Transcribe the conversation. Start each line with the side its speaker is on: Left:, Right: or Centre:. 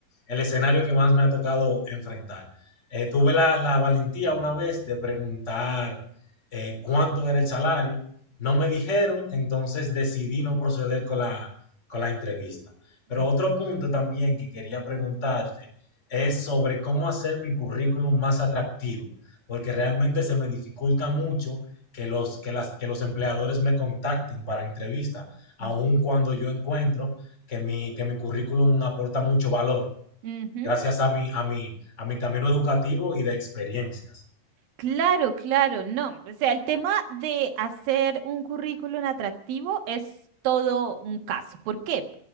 Left: el escenario que más me ha tocado enfrentar. Eh, tuve la, la valentía una vez de preguntar eh, cuánto era el salario. No me dijeron, entonces decidí no proceder con la, con la entrevista. Pero
Right: ujú,
Left: otro punto también que quería preguntarte es sobre cómo hacer mi currículum más atractivo, porque realmente se me dificulta mucho que los, que, las, que los empleadores me contacten para entrevista, aun
Right: ujú,
Left: cuando yo encuentro que mi, que mi currículum aporta mucho valor,
Right: ujú, ujú.
Left: gracias a mi, a, mi, a mi camino educativo y de experiencias.
Right: Claro, claro, no. O sea, el tema de hacer un currículum atractivo es todo un caso. ¿Por qué?